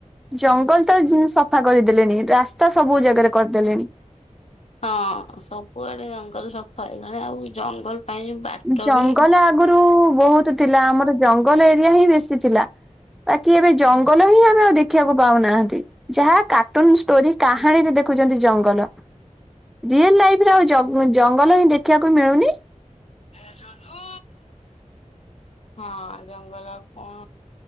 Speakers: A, in the centre; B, on the left.
A: ଜଙ୍ଗଲ ତ ସଫା କରିଦେଲେଣି ରାସ୍ତା ସବୁ ଜାଗାରେ କରିଦେଲେଣି।
B: ହଁ ସବୁଆଡେ ଜଙ୍ଗଲ ସଫା ହେଇଗଲେଣି ଆଉ ଜଙ୍ଗଲ ପାଇଁ ବାଟ
A: ଜଙ୍ଗଲ
B: ବି
A: ଆଗରୁ ବହୁତ ଥିଲା ଆମର ଜଙ୍ଗଲ ଏରିଆ ହିଁ ବେଶୀ ଥିଲା। ବାକି ଏବେ ଜଙ୍ଗଲ ହିଁ ଆମେ ଆଉ ଦେଖିଆକୁ ପାଉନାହାନ୍ତି ଯାହା କାଟୁନ୍ ଷ୍ଟୋରି କାହାଣୀରେ ଦେଖ ଦେଖୁଚନ୍ତି ଜଙ୍ଗଲ ରିଏଲ୍ ଲାଇଫ୍ ରେ ଆଉ ଜଗ୍ ଜଙ୍ଗଲ ହିଁ ଦେଖିଆକୁ ମିଳୁନି।
B: ହେ ଯୋ ତୁ ହଁ ଜଙ୍ଗଲ ଆଉ କଣ।